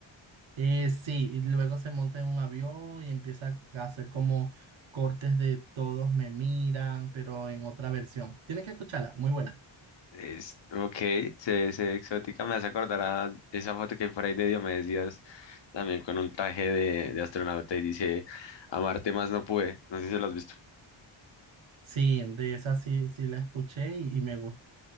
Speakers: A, on the right; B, on the left.
A: Eh, sí, y luego se monta en un avión y empieza a hacer como cortes de todos me miran, pero en otra versión. Tienes que escucharla, muy buena.
B: Es, ok, se, se ve exótica, me hace acordar a esa foto que por ahí de Dios me decías, también con un traje de, de astronauta y dice, amarte más no pude, no sé si lo has visto,
A: Sí, de esa sí, sí la escuché y, y me gusta.